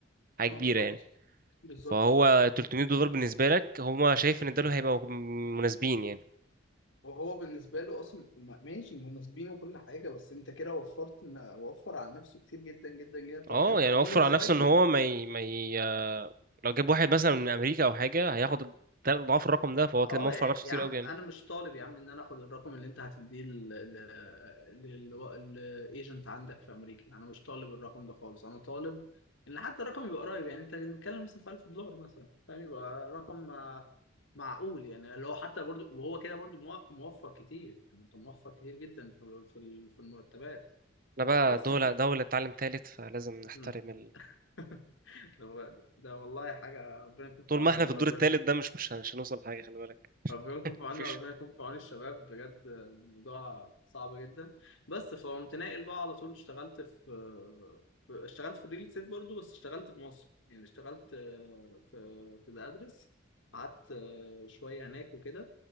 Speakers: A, on the right; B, on the left.
A: حاجه
B: ما
A: كبيره
B: بالظبط
A: يعني
B: بالظبط
A: فهو
B: آه.
A: 300 دولار بالنسبه لك هما شايف ان دول هيبقوا مناسبين يعني
B: وهو بالنسبة له أصلا ما- ماشي مناسبين وكل حاجة بس أنت كده وفرت إن- وفر على نفسه كتير جدا جدا جدا طب
A: اه
B: يا عم
A: يعني
B: عليهم
A: وفر على
B: شوية
A: نفسه ان هو ما ي... ما ي... لو جاب واحد مثلا من امريكا او حاجه هياخد تلات اضعاف الرقم ده فهو كده
B: أه
A: موفر
B: يا
A: على نفسه
B: يا
A: كتير
B: عم
A: قوي يعني
B: أنا مش طالب يا عم إن أنا آخد الرقم اللي أنت هتديه للإيجنت عندك في أمريكا أنا مش طالب الرقم ده خالص أنا طالب إن حتى الرقم يبقى قريب يعني أنت بنتكلم مثلا في 1000 دولار مثلا فاهم يبقى رقم آه، معقول يعني اللي هو حتى برضو وهو كده برضو مو- موفر كتير يعني أنت موفر كتير جدا في في ال- في المرتبات
A: احنا بقى
B: فبس
A: دولة دولة تعلم تالت فلازم نحترم
B: مم. <laughs> ده, ده والله حاجة ربنا يكون في
A: طول
B: عوننا
A: ما احنا
B: والله
A: في الدور
B: ربنا
A: التالت ده مش مش مش هنوصل لحاجة خلي بالك
B: ربنا يكون في عوننا
A: مفيش
B: وربنا يكون في عون الشباب بجد الموضوع صعب جدا بس فقمت ناقل بقى على طول اشتغلت في في- اشتغلت في الريل استيت برضه بس اشتغلت في مصر يعني اشتغلت آه، في في ذا ادرس قعدت آه، شوية هناك وكده